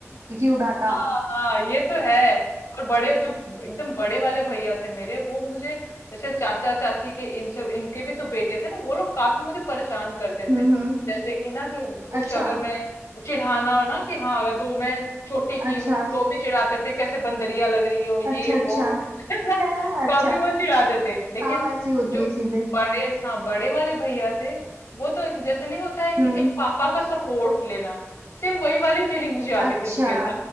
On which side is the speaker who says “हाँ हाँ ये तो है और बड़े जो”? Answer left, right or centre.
Left